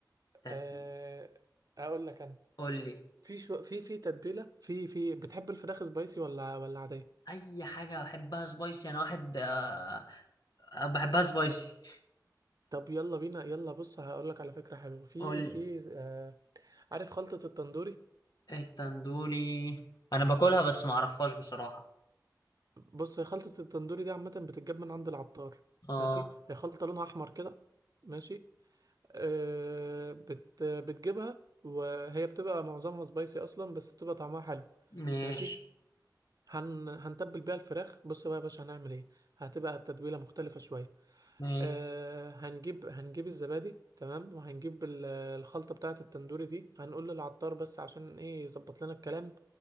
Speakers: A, on the left (about 60°); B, on the right (about 55°).
A: تت-
B: أه... اقول لك انا
A: قول لي
B: في شو... في في تتبيلة في في بتحب الفراخ سبايسي ولا ولا عادية
A: اي حاجه بحبها سبايسي انا واحد آه، بحبها سبايسي
B: طب يلا بينا يلا بص هقول لك على فكرة حلوة في
A: قول
B: في أه... عارف خلطة التندوري
A: التندوري انا باكلها بس ما اعرفهاش بصراحة
B: بص هي خلطة التندوري دي عامة بتتجاب من عند العطار
A: اه
B: ماشي هي خلطة لونها احمر كده ماشي آه، بت بتجيبها وهي بتبقى معظمها سبايسي اصلا بس بتبقى طعمها حلو
A: ماشي
B: ماشي هن هنتبل بيها الفراخ بص بقى يا باشا هنعمل ايه هتبقى التتبيله مختلفه شويه
A: ماشي
B: أه هنجيب هنجيب الزبادي تمام وهنجيب ال- الخلطه بتاعه التندوري دي هنقول للعطار بس عشان ايه يظبط لنا الكلام